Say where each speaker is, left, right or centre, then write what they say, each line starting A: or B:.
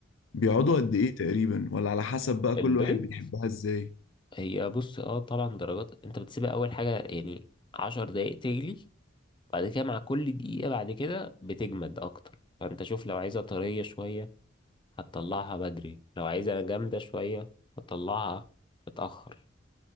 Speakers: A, on the left; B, on the left.
A: بيقعدوا
B: بص،
A: قد ايه تقريبا ولا على حسب بقى كل
B: البيض
A: واحد بيحبها ازاي
B: هي بص اه طبعا درجات انت بتسيبها اول حاجة يعني عشر دقايق تجلي بعد كده مع كل دقيقة بعد كده بتجمد اكتر فانت شوف لو عايزها طرية شوية هتطلعها بدري لو عايزها جامدة شوية هتطلعها متأخر